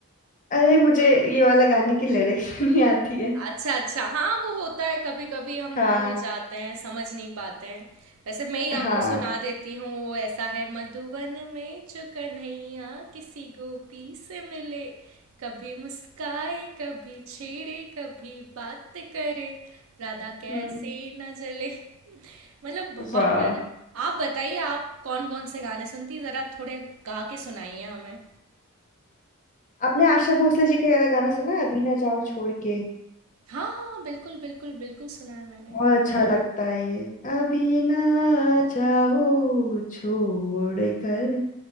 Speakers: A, on the left; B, on the right.
A: अरे मुझे ये वाला गाने की लिरिक्स <laughs> नहीं आती है
B: अच्छा अच्छा हाँ वो होता है कभी कभी हम
A: हाँ
B: भूल जाते हैं समझ नहीं पाते हैं वैसे मैं ही आपको
A: हाँ
B: सुना देती हूँ वो ऐसा है मधुवन में जो कन्हैया किसी गोपी से मिले कभी मुस्काए कभी छेड़े कभी बात करे राधा कैसे
A: हम्म
B: न जले मतलब बहुत
A: वाह
B: प्यारा आप बताइए आप कौन कौन से गाने सुनती हैं? जरा थोड़े गा के सुनाइए हमें
A: आपने आशा भोसले जी का ये वाला गाना सुना है अभी ना जाओ छोड़ के
B: हाँ हाँ हाँ, बिल्कुल बिल्कुल बिल्कुल सुना है मैंने
A: बहुत अच्छा लगता है ये अभी ना जाओ छोड़ कर